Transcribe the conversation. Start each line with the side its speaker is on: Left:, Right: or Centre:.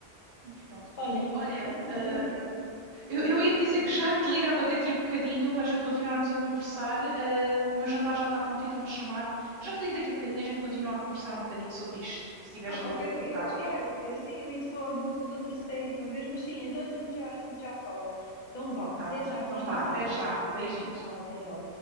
Right: mas pronto.
Left: Olha,
Right: Olha,
Left: ia-te
Right: eh,
Left: dizer,
Right: eu, eu
Left: diz diz
Right: ia te dizer
Left: tu.
Right: que já te ligava daqui a bocadinho para a gente continuarmos a conversar. eh, o meu jantar já está pronto e estão-me a chamar. Eu já te ligo daqui a bocadinho e a gente continua a conversar um bocadinho sobre isto, se estiveres
Left: Ah,
Right: livre
Left: ok,
Right: daqui
Left: eu, eu-
Right: a bocado.
Left: yeah, eh, sim, eu ia-te falar do, de outra série para ver, mas sim, então a gente já, a gente já fala. Então vá,
Right: Tá
Left: até
Right: bom.
Left: já, bom
Right: Então
Left: jantar.
Right: vá, até já. Beijinhos.
Left: Tchau, até já,